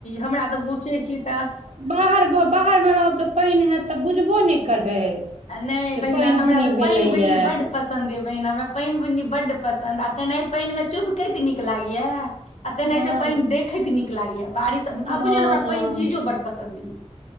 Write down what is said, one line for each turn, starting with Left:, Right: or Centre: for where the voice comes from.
Left: हमरा तऽ पूछै छी तऽ
Right: बाहर घ बाहर में रहब तऽ पानि हयत तऽ बुझबो नहि करबै
Left: आ नहि
Right: जे
Left: बहिना
Right: पानि
Left: हमरा
Right: बुनी
Left: तऽ
Right: भेलैया
Left: पनि बुन्नी बड पस सन्दे बहिन हमरा पानि बुन्नी बड्ड पसन्द आ तेना पिमे चुभ कैत नीक लागैया आ तेनाहिते
Right: हँ
Left: पनि देखैत नीक लागैया बारिश आब
Right: हँ
Left: बुझियौ ने हमरा पानि चीजो बड पसंन्द यए